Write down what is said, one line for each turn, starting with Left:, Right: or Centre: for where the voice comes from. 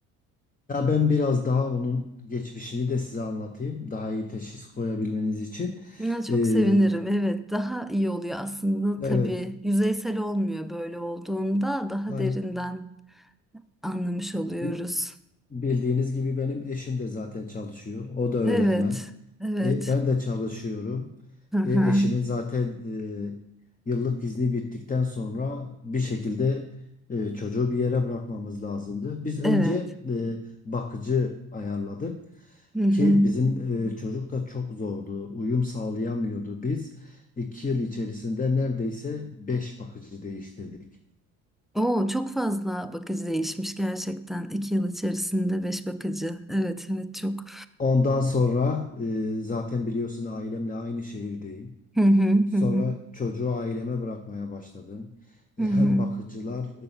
Left: Ya ben biraz daha onun geçmişini de size anlatayım. Daha iyi teşhis koyabilmeniz için.
Centre: Ya çok
Left: Ee,
Centre: sevinirim. Evet, daha iyi oluyor aslında
Left: evet.
Centre: tabii. Yüzeysel olmuyor böyle olduğunda daha
Left: Aynı,
Centre: derinden anlamış oluyoruz.
Left: bi- bildiğiniz gibi benim eşim de zaten çalışıyor. O da öğretmen.
Centre: Evet. Evet.
Left: E, ben de çalışıyorum.
Centre: Hı hı.
Left: E, eşimin zaten e, yıllık izni bittikten sonra bir şekilde e, çocuğu bir yere bırakmamız lazımdı. Biz önce
Centre: Evet.
Left: e, bakıcı ayarladık
Centre: Hı hı.
Left: ki bizim e, çocuk da çok zordu. Uyum sağlayamıyordu. Biz iki yıl içerisinde neredeyse beş bakıcı değiştirdik.
Centre: Oo, çok fazla bakıcı değişmiş gerçekten. İki yıl içerisinde beş bakıcı. Evet, evet çok.
Left: Ondan sonra e, zaten biliyorsun ailemle aynı şehirdeyim.
Centre: Hı hı hı
Left: Sonra
Centre: hı.
Left: çocuğu aileme bırakmaya başladım. E,
Centre: Hı hı.
Left: Hem bakıcılar